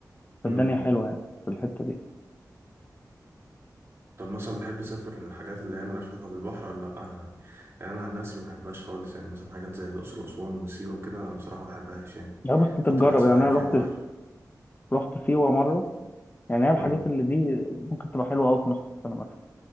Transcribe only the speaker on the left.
فالدنيا
حلوة يعني في الحتة دي
لا بس
تتجرب
يعني
أنا
رحت
رحت سيوة مرة يعني هي الحاجات
اللي دي ممكن تبقى حلوة أوي في نص السنة مثلا